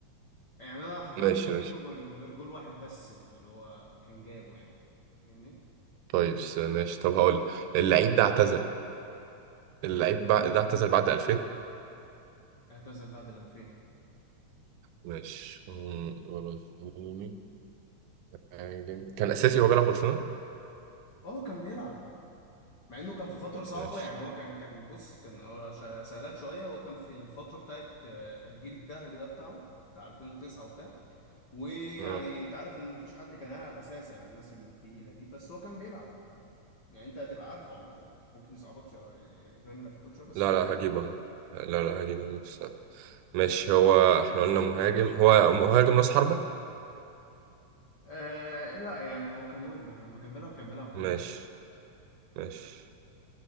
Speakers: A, on the left (about 75°); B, on the right (about 85°).
A: يعني انا حرفيا
B: ماشي
A: مش فاكر
B: ماشي
A: له غير غير جول واحد بس اللي هو كان جابه يعني فاهمني
B: طيب س- ماشي طب هقول اللعيب
A: بس انت
B: ده اعتزل
A: هتجيبه
B: اللعيب بع-
A: امم
B: ده اعتزل بعد 2000
A: اعتزل بعد ال 2000
B: ماشي مم، برازيلي مهاجم. كان أساسي وهو بيلعب في برشلونة
A: اه كان بيلعب مع انه كان في فتره صعبه
B: ماشي
A: يعني هو كان كان بص كان أه ش- سألك شويه هو كان في الفتره بتاعت آه، الجيل الذهبي ده بتاعه بتاع 2009 وبتاع ويعني
B: آه.
A: انت عارف ان مفيش حد كان هيلعب اساسي على الناس التقيله دي بس هو كان بيلعب يعني انت هتبقى عارفه عامة ممكن يصعبك شوية يعني فاهم يلففك شوية بس
B: لا
A: انت
B: لا
A: هتجيبه
B: هجيبه لا لا هجيبه هجيبه. ماشي هو احنا قلنا مهاجم هو مهاجم راس حربة
A: آه لا يعني هو كان وينجر لما كان بيلعب كان بيلعب وينج
B: ماشي ماشي